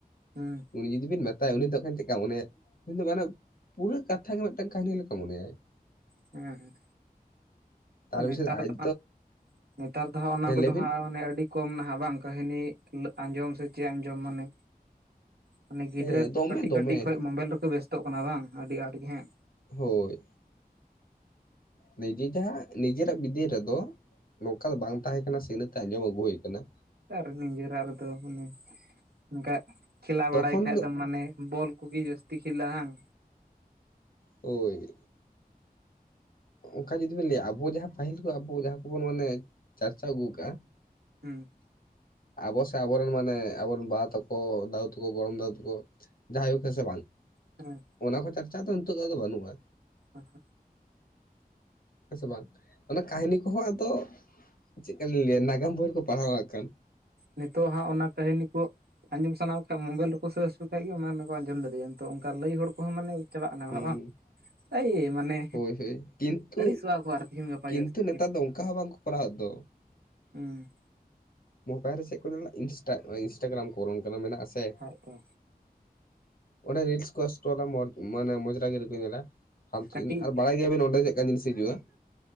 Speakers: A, on the right; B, on the left.
A: ᱦᱮᱸᱼᱼ
B: ᱩᱱᱤ ᱡᱩᱫᱤ ᱵᱤᱱ ᱢᱮᱛᱟᱭᱟ, ᱩᱱᱤ ᱫᱚᱠᱷᱟᱱ ᱪᱮᱫ ᱠᱟ ᱢᱚᱱᱮᱭᱟ ᱾ ᱩᱱᱤ ᱫᱚ ᱢᱟᱱᱮ ᱯᱩᱨᱟᱹ ᱠᱟᱛᱷᱟ ᱜᱮ ᱢᱤᱫᱴᱟᱝ ᱠᱟᱹᱦᱱᱤ ᱞᱮᱠᱟ ᱢᱚᱱᱮᱭᱟᱭ ᱾
A: ᱦᱮᱸ ᱦᱮᱸᱼᱼ
B: ᱛᱟᱨ
A: ᱟᱨ
B: ᱵᱤᱥᱚᱭ
A: ᱱᱮᱛᱟᱨ
B: ᱟᱡ
A: ᱫᱚ ᱦᱟᱸᱜ ᱱᱮᱛᱟᱨ ᱫᱚ ᱦᱟᱸᱜ ᱚᱱᱟ
B: ᱦᱮᱸ
A: ᱠᱚᱫᱚ
B: ᱞᱟᱹᱭ ᱵᱤᱱ
A: ᱦᱟᱸᱜ ᱢᱚᱱᱮ ᱟᱹᱰᱤ ᱠᱚᱢ ᱱᱟᱦᱟᱜ ᱵᱟᱝ ᱠᱟᱹᱦᱱᱤ ᱞᱟᱹ ᱟᱸᱡᱚᱢ ᱥᱮ ᱪᱮᱫ ᱟᱸᱡᱚᱢ ᱢᱟᱱᱮ ᱢᱟᱱᱮ ᱜᱤᱫᱽᱨᱟᱹ
B: ᱦᱮᱸ ᱫᱚᱢᱮ
A: ᱠᱟᱹᱴᱤᱡ
B: ᱫᱚᱢᱮ
A: ᱠᱟᱹᱴᱤᱡ ᱠᱷᱚᱡ ᱢᱳᱵᱟᱭᱤᱞ ᱨᱮᱠᱚ ᱵᱮᱥᱛᱚᱜ ᱠᱟᱱᱟ ᱵᱟᱝ ᱟᱹᱰᱤ ᱟᱸᱴ ᱜᱮ ᱦᱟᱸᱜ᱾
B: ᱦᱳᱭ᱾ ᱱᱤᱡᱮᱨ ᱡᱟᱦᱟᱸ ᱱᱤᱡᱮᱨᱟᱜ ᱵᱤᱫᱟᱹᱭ ᱨᱮᱫᱚ ᱱᱚᱝᱠᱟ ᱫᱚ ᱵᱟᱝ ᱛᱟᱦᱮᱸ ᱠᱟᱱᱟ ᱥᱤ ᱤᱱᱟᱹᱛᱮ ᱟᱸᱡᱚᱢ ᱟᱹᱜᱩ ᱦᱩᱭ ᱟᱠᱟᱱᱟ᱾
A: ᱟᱨ ᱱᱤᱡᱮᱨᱟᱜ ᱨᱮᱫᱚ ᱢᱟᱱᱮ ᱚᱱᱠᱟ ᱠᱷᱮᱞᱟ ᱵᱟᱲᱟᱭ
B: ᱛᱚᱠᱷᱚᱱ
A: ᱠᱷᱟᱡ
B: ᱫᱚ
A: ᱫᱚᱢ ᱢᱟᱱᱮ ᱵᱚᱞ ᱠᱚᱜᱮ ᱵᱚᱞ ᱠᱚᱜᱮ ᱡᱟᱹᱥᱛᱤ ᱠᱮᱞᱟ ᱦᱟᱝ᱾
B: ᱦᱳᱭ᱾ ᱚᱱᱠᱟ ᱡᱩᱫᱤ ᱵᱤᱱ ᱞᱟᱹᱭᱟ ᱟᱵᱚ ᱡᱟᱦᱟᱸ ᱯᱟᱹᱦᱤᱞ ᱠᱷᱚᱡ ᱟᱵᱚ ᱡᱟᱦᱟᱸ ᱠᱚᱵᱚᱱ ᱢᱟᱱᱮ ᱪᱟᱨᱪᱟᱣ ᱟᱹᱜᱩᱣ ᱠᱟᱜᱼᱟ,
A: ᱦᱩᱸ᱾
B: ᱟᱵᱚ ᱥᱮ ᱟᱵᱚᱨᱮᱱ ᱢᱟᱱᱮ ᱟᱵᱚᱨᱮᱱ ᱵᱟᱦ ᱛᱟᱠᱚ, ᱫᱟᱣ ᱛᱟᱠᱚ, ᱜᱚᱲᱚᱢ ᱫᱟᱹᱫᱩ ᱛᱟᱠᱚ ᱡᱟᱦᱟᱭ ᱜᱚ ᱠᱮ ᱥᱮ ᱵᱟᱝ
A: ᱦᱮᱸ
B: ᱚᱱᱟ ᱠᱚ ᱪᱟᱨᱪᱟ ᱫᱚ ᱱᱤᱛᱟᱜ ᱫᱚ ᱟᱫᱚ ᱵᱟᱹᱱᱩᱜᱼᱟ᱾
A: ᱚᱦᱚᱸᱜ᱾
B: ᱦᱮᱸ ᱥᱮ ᱵᱟᱝ ᱢᱟᱱᱮ ᱠᱟᱹᱦᱱᱤ ᱠᱚᱦᱚᱸ ᱟᱫᱚ ᱪᱮᱫᱠᱟᱞᱤᱧ ᱞᱟᱹᱭᱟ ᱱᱟᱜᱟᱢ ᱵᱳᱭ ᱨᱮᱠᱚ ᱯᱟᱲᱦᱟᱣ ᱦᱟᱸᱜ ᱠᱷᱟᱱ᱾
A: ᱱᱤᱛᱚᱜ ᱦᱟᱸᱜ ᱚᱱᱟ ᱠᱟᱹᱦᱤᱱᱤ ᱠᱚ ᱟᱸᱡᱚᱢ ᱥᱟᱱᱟ ᱠᱚ ᱠᱷᱟᱡ ᱢᱳᱵᱟᱭᱤᱞ ᱨᱮᱠᱚ ᱥᱟᱨᱪ ᱞᱮᱠᱟᱡ ᱜᱮ ᱚᱱᱟ ᱫᱚᱠᱚ ᱟᱸᱡᱚᱢ ᱫᱟᱲᱮᱭᱟᱜᱼᱟ᱾ ᱱᱤᱛᱚᱜ ᱚᱱᱠᱟ ᱞᱟᱹᱭ ᱦᱚᱲ ᱠᱚᱦᱚᱸ ᱢᱟᱱᱮ ᱪᱟᱵᱟᱜ ᱠᱟᱱᱟ ᱠᱚ
B: ᱦᱩᱸ
A: ᱵᱟᱠᱷᱟᱡ ᱵᱟᱝ᱾ ᱮᱭ ᱢᱟᱱᱮ
B: ᱦᱳᱭ ᱦᱳᱭ ᱠᱤᱱᱛᱩ
A: ᱟᱹᱲᱤᱥᱚᱜ-ᱟᱠᱚ ᱟᱨ ᱛᱤᱦᱤᱧ ᱜᱟᱯᱟ
B: ᱠᱤᱱᱛᱩ
A: ᱡᱟᱥᱛᱤ᱾
B: ᱱᱮᱛᱟᱨ ᱫᱚ ᱚᱱᱠᱟ ᱦᱚᱸ ᱵᱟᱝᱠᱚ ᱠᱚᱨᱟᱣᱮᱫ ᱫᱚ
A: ᱦᱩᱸ᱾
B: ᱢᱳᱵᱟᱭᱤᱞ ᱨᱮ ᱪᱮᱫ ᱠᱚ ᱢᱮᱱᱟᱜ ᱤᱱᱥᱴᱟ ᱟᱸᱭ ᱤᱱᱥᱴᱟᱜᱨᱟᱢ ᱠᱚᱨᱮ ᱚᱱᱠᱟᱱᱟ ᱢᱮᱱᱟᱜ-ᱟ ᱥᱮ᱾
A: ᱠᱷᱟᱡ ᱫᱚ
B: ᱚᱸᱰᱮ ᱨᱤᱞᱥ ᱠᱚᱥ ᱛᱚ ᱚᱱᱟ ᱡᱚᱡᱽ ᱢᱟᱱᱮ ᱢᱚᱡᱽᱨᱟ ᱜᱤᱨᱤ ᱠᱚ ᱧᱮᱞᱟ ᱯᱷᱟᱞᱛᱩ
A: ᱠᱟᱹᱴᱤᱡ
B: ᱡᱤᱱᱤᱡ ᱟᱨ ᱵᱟᱲᱟᱭ ᱜᱮᱭᱟᱵᱤᱱ ᱚᱸᱰᱮ ᱪᱮᱫᱠᱟᱱ ᱡᱤᱱᱤᱥ ᱦᱤᱡᱩᱜ-ᱟ᱾